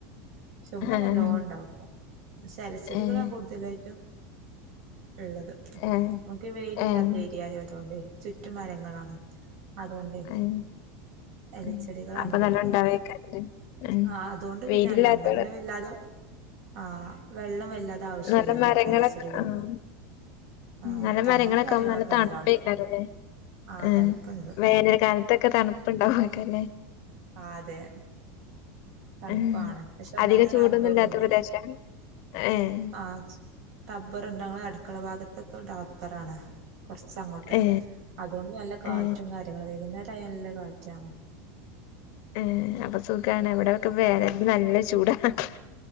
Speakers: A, on the right; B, on the left.
A: പക്ഷെ ഉമ്മ
B: ആഹ്
A: നല്ലോണം ഇണ്ടാക്കും. ക്ഷെ ഇലച്ചെടികളാ
B: ഏഹ്
A: കൂടുതലായിട്ടും ഇള്ളത്.
B: ഏഹ്
A: നമുക്ക് വെയിലില്ലാത്ത
B: ഏഹ്
A: ഏരിയായോ അതോണ്ട് ചുറ്റുമരങ്ങ ളാണ് അതോണ്ടെ
B: ആഹ്
A: എലച്ചെടികളാണ്
B: ഉം അപ്പൊ
A: കൂടുതലും.
B: നല്ല ഉണ്ടാവേക്കാരല്ലേ ഉം
A: ആഹ് അതുകൊണ്ട്
B: വെയിലില്ലാത്തോട്
A: പിന്നെ അല്ലോണ്ട് അപ് പിന്നെ വല്ലാതെ ആഹ് വെള്ളം വല്ലാതെ ആവശ്യല്ലല്ലോ
B: നല്ല മരങ്ങളൊക്കെ
A: അപ്പൊ എലച്ചെടികൾക്ക്
B: ആഹ് ഉം
A: ആഹ്
B: നല്ല
A: തണലും
B: മരങ്ങളൊക്കെ
A: കാര്യങ്ങളൊക്കെ
B: ആകുമ്പോ നല്ല തണുപ്പേക്കാരെലേ
A: നല്ലോണ്ട് ആഹ്
B: ഏഹ്
A: തണുപ്പുണ്ട്
B: വേനൽ കാലത്ത് ത്തെക്കെ തണുപ്പുണ്ടാവെ ക്കാരെല്ലേ
A: ആഹ് അതെ തണുപ്പാണ്
B: ഉം
A: പക്ഷെ ഒന്നാമത്
B: അധികം ചൂടൊന്നും
A: റബ്ബറും
B: ഇല്ലാത്ത പ്രദേശം ആണ് ഏ ഹ്
A: ആച് റബ്ബർ ഉണ്ട്. ഞങ്ങളുടെ അടുക്കള ഭാഗത്തൊക്കെ റബ്ബറാണ് കൊറ്ച്ച് അങ്ങോട്ട്.
B: ഏ
A: അതുകൊണ്ട് നല്ല കാറ്റും
B: ഏ
A: കാര്യങ്ങളു. വൈകുന്നേര ആയ നല്ല കാറ്റണ്
B: ങേ അപ്പൊ സുഖാണ് ഇവിടെ ഒക്കെ വേനലിനു നല്ല ചൂടാ ഹഹഹ